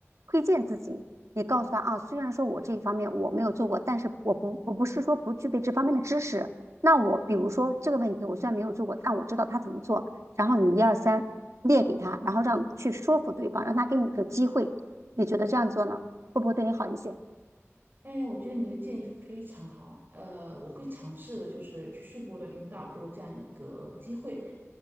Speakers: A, on the right (about 85°); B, on the right (about 45°).
A: 推荐自己，你告诉他啊，虽然说我这一方面我没有做过，但是我不我不是说不具备这方面的知识。那我比如说这个问题，我虽然没有做过，但我知道他怎么做。然后你一二三列给他，然后让去说服对方，让他给你个机会。你觉得这样做呢，会不会对你好一些？
B: 哎，我觉得你的建议非常好，呃，我会尝试的，就是去说服我的领导给我这样一个机会。